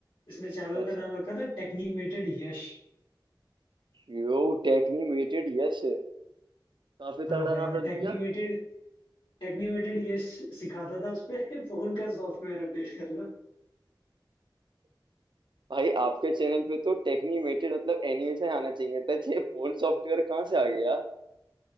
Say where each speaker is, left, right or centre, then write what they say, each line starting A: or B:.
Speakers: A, on the left (about 80°); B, on the right (about 70°).
A: इसने
B: अच्छा
A: चैनल
B: अच्छा
A: का नाम रखा था टेक्नीमेटेड यश
B: यो टेक्नीमेटेड यस काफी
A: हाँ
B: तगड़ा
A: भाई
B: नाम
A: और
B: रख
A: टेक्नीमेटेड
B: दिया
A: टेक्नीमेटेड यश सिखाता था उस पे <laughs> फोन का सॉफ्टवेयर अपडेट करना
B: भाई आपके चैनल पे तो टेक्नीमेटेड मतलब एनिमेशन आना चाहिए था ये फोन सॉफ्टवेयर कहाँ से आ गया